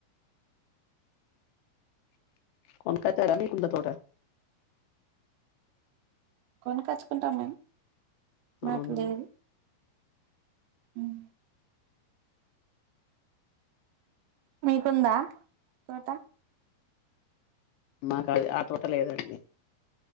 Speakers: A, on the left; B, on the right.
A: కొనుకోతారా మీ కుంద తోట
B: కొనుక్కచ్చుకుంటాం మేము మాకు
A: అవునా
B: లేదు హ్మ్మ్ మీకుందా తోట
A: మాకు అది ఆ తోట లేదండి